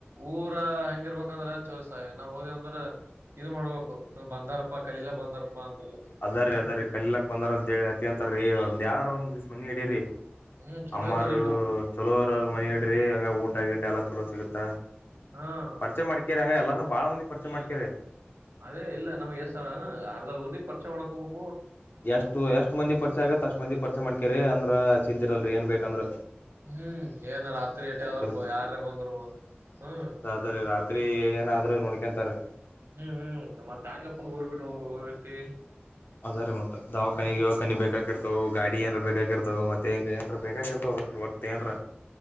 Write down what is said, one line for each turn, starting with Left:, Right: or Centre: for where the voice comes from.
Right: ಊರ ಹೆಂಗಿರ್ಬೇಕಂದ್ರೆ ಚೋರ್ಸ ನಾವು ಹೋದಿವ ಅಂದ್ರ ಇದು ಮಾಡ್ಬೇಕು ನಾವ ಬಂದಾರಪ್ಪ ಪಪ್ಪಾ ಕಲಲಾ ಬಂದಾರಪ್ಪಾ ಅಂತ
Left: ಅದ ರೀ
Right: ಹ್ಮ್
Left: ಅದ ರೀ ಕಲೀಲಾಕ್ ಬಂದಾರ ಅಂತ ಹೇಳಿ ಹಾಚೆಗೆತ್ತರಿ ಒಂದ ಯಾದ ರ ಒಂದ ನೆಗಡಿರಿ
Right: ಹ್ಮ್ ಚಲೋ
Left: ಅಮ್ಮರು
Right: ಇದ್ದವ್ರ ಇಡ್ಬೇಕು
Left: ಚಲೋರ ಮನಿ ಇಡ್ರಿ ಹಂಗ ಊಟ ಆಗಿಟ್ಟ ಎಲ್ಲ ಚಲೋ ಸಿಗುತ್ತ.
Right: ಹಾ
Left: ಪರ್ಚೆ ಮಡಿಕೇರಿ ಹ ಎಲ್ಲರು ಬಾಳ ಮಂದಿ ಪರಿಚಯ ಮಾಡ್ಕರಿ
Right: ಅದೇ ಇಲ್ಲ ನಮ್ಗ್ ಎಸ್ತ ಅರ್ಧ ಊರಿಗೆ ಪರಿಚಯ ಮಾಡಕೊಬಕ
Left: ಎಷ್ಟು ಎಷ್ಟ್ ಮಂದಿ ಪರಿಚಯ ಆಗತ್ತತ್ ಅಷ್ಟ್ ಮಂದಿ ಪರಿಚಯ ಮಾಡ್ಕೇರಿ ಅಂದ್ರ. ತಿಂತಿರಲ್ರಿ ಏನು ಬೇಕಂದ್ರೆ
Right: ಹ್ಮ್ ಏನ್ ರಾತ್ರಿ ಟ ಆದ್ರು
Left: ಚ
Right: ಯಾರೇ ಬಂದರು ಹ್ಮ್
Left: ಅದರಿ ರಾತ್ರಿ ಏನಾದ್ರೂ ನೋಡ್ಕೊಂತಾರೀ
Right: ಹ್ಮ್ ಹ್ಮ್ ಮತ್ತ ಹೆಂಗಪ್ಪ ಊರ್ ಬಿಟ್ಟ ಹೋಗದ ಮತ್ತು
Left: ಅದ ರೀ ಮತ್ತ ದವಾಖಾನಿ ದಿವಾಕಾನೆ ಬೇಕಾಗಿರ್ತವು ಗಾಡಿ ಏನ್ರ ಬೇಕಾಗಿರ್ತಾವ ಮತ್ತೆ ಹೆಂಗ ಏನ್ರ ಬೇಕಾಗಿರ್ತವ ರ ವಟ್ಟ ಏನ್ರ